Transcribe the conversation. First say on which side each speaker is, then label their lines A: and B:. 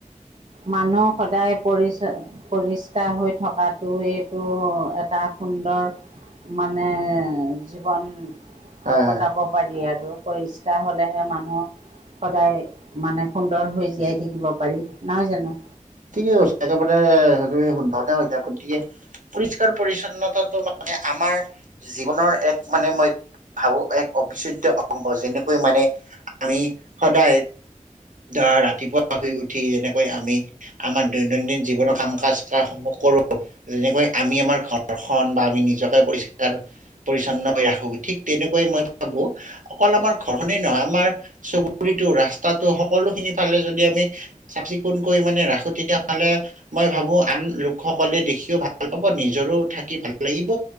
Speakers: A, on the right; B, on the right.
A: মানুহ সদায় পৰি পৰিষ্কাৰ হৈ থকাটো এইটো এটা সুন্দৰ মানে জীৱন
B: হয় হয়।
A: কটাব পাৰি আৰু পৰিস্কাৰ হলেহে মানুহ সদায় মানে সুন্দৰ হৈ জীয়াই থাকিব পাৰি নহয় জানো
B: ঠিকে কৈছা একেবাৰে তুমি শুদ্ধকে কৈছা গতিকে পৰিষ্কাৰ পৰিচ্ছন্নতাটো মানে আমাৰ জীৱনৰ এক মানে মই ভাবো এক অবিচ্ছেদ্য অংগ যেনেকৈ মানে আমি সদায় ধৰা ৰাতিপুৱা শুই উঠি যেনেকৈ আমি আমাৰ দৈনন্দিন জীৱনৰ কাম কাজ কাৰ সমূহ কৰো যেনেকৈ আমি আমাৰ ঘৰখন বা আমি নিজকে পৰিষ্কাৰ পৰিচ্ছন্ন কৰি ৰাখো ঠিক তেনেকৈ মই ভাবো অকল আমাৰ ঘৰনে নহয় আমাৰ চুবুৰীটো ৰাস্তাটো সকলো খিনি ফালে যদি আমি চাফ চিকুণকৈ মানে ৰাখো তেতিয়াহলে মই ভাবো আন লোকসকলে দেখিও ভাল পাব নিজৰো থাকি ভাল লাগিব